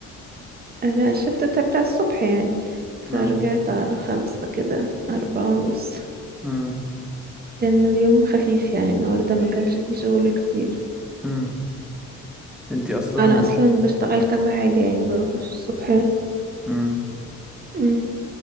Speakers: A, on the right (about 30°); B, in the centre.
A: أنا الشفت بتاعي بتاع الصبح يعني فرجعت
B: امم
A: على خمسة كده أربعة ونص
B: امم
A: كان اليوم خفيف يعني النهاردة ما كانش فيه شغل كتير
B: امم انت اصلا
A: أنا أصلا بشتغل كذا حاجة يعني بروح الصبح
B: امم
A: مم.